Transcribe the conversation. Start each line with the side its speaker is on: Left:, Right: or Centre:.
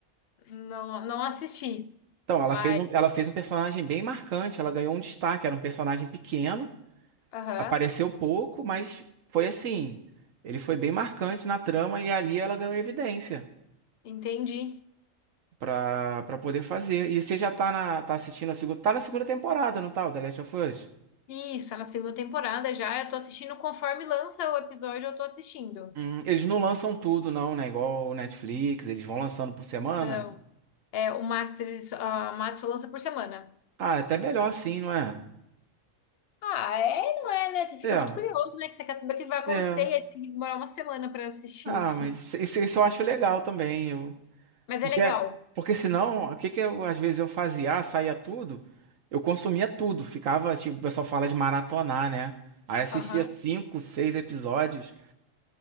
Left: Não, não assisti,
Right: Então,
Left: mas
Right: ela fez um, ela fez um personagem bem marcante. Ela ganhou um destaque. Era um personagem pequeno.
Left: aham.
Right: Apareceu pouco, mas foi assim. Ele foi bem marcante na trama e ali ela ganhou evidência
Left: entendi.
Right: pra, para poder fazer. E você já tá, na, tá assistindo a segunda. Tá na segunda temporada, não tá? O The Last of Us?
Left: Isso, tá na segunda temporada já. Eu tô assistindo conforme lança o episódio, eu tô assistindo.
Right: Hum, eles não lançam tudo, não, né? Igual o Netflix, eles vão lançando por semana.
Left: Não. É, o Max, ele, só- a Max só lança por semana.
Right: Ah, é até melhor assim, não é?
Left: Ah, é, e não é, né? Você fica
Right: É,
Left: muito curioso, né? Que você quer saber o que vai acontecer
Right: é.
Left: e aí tem que demorar uma semana pra assistir.
Right: Ah, mas isso, isso eu acho legal também.
Left: Mas
Right: Porque,
Left: é legal.
Right: porque senão, o que que eu, às vezes eu fazia, ah, saía tudo, eu consumia tudo, ficava, tipo, o pessoal fala de maratonar, né? Aí assistia
Left: Aham.
Right: cinco, seis episódios